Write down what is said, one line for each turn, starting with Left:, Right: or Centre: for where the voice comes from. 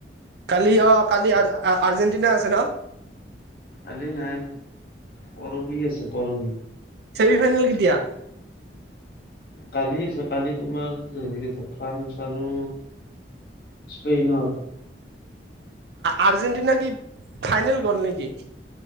Right: কালি অ' কালি আজ আৰ্জেণ্টিনা আছে ন?
Left: কালি নাই পৰহি আছে পৰহি।
Right: চেমি ফাইনেল কেতিয়া?
Left: কালি আছে কালি তোমাৰ হেৰি ফ্ৰান্স আৰু স্পেইনৰ।
Right: আৰ্জেণ্টনা কি ফাইনেল গ'ল নেকি?